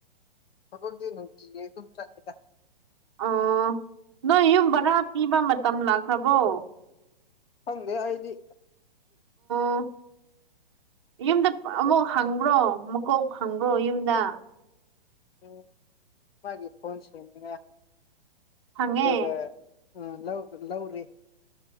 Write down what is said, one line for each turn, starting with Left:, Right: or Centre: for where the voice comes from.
Left: ꯊꯕꯛꯇꯤ ꯅꯨꯡꯇꯤꯒꯤ ꯑꯗꯨꯝ ꯆꯠꯂꯦꯗ
Right: ꯑꯣ ꯅꯣꯏ ꯌꯨꯝ ꯕꯔꯥ ꯄꯤꯕ ꯃꯇꯝ ꯂꯥꯛꯈ꯭ꯔꯕꯣ
Left: ꯈꯪꯗꯦ ꯑꯩꯗꯤ
Right: ꯑꯣ ꯌꯨꯝꯗ ꯑꯃꯨꯛ ꯍꯪꯕ꯭ꯔꯣ ꯃꯀꯣꯛ ꯍꯪꯕ꯭ꯔꯣ ꯌꯨꯝꯗ
Left: ꯎꯝ ꯃꯥꯒꯤ ꯐꯣꯟ ꯁꯦꯝꯅꯤꯡꯉꯥꯏ
Right: ꯍꯪꯉꯦ
Left: ꯑꯗꯨꯒ ꯎꯝ ꯂꯧ ꯂꯧꯔꯤ